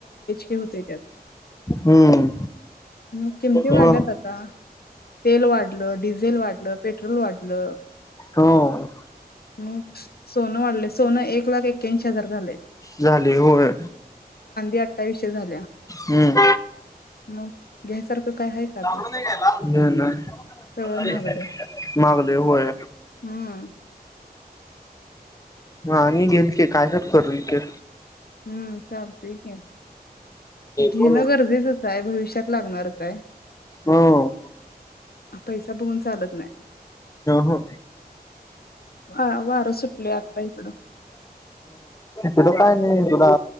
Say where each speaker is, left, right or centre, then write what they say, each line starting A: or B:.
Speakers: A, on the left; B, on the left.
A: ते होतय त्यात
B: हम्म
A: म किमती वाढल्यात
B: हो हो
A: आता तेल वाढल, डीझेल वाढल, पेट्रोल वा लं
B: हो
A: म सोनं वाढलेच सोनं एक लाख एक्याऐंशी हजार झालय
B: झालंय होय.
A: अठ्ठावीसशे झाल्या
B: हम्म
A: मग घ्यायसारख काही आहे
B: <unintelligible>
A: का आता सगळं महागलंय
B: मागलय होय.
A: हम्म
B: ह आणि <unintelligible> काय तर करून ते
A: हम्म चालतय की, घेण
B: हो
A: गरजेचच हाय भविष्यात लागणारच हाय.
B: हो
A: पैसा बघून चालत नाही
B: हो <unintelligible>
A: हा वारं सुटलंय आत्ता इकडं.
B: पुढं काय नाय बघा,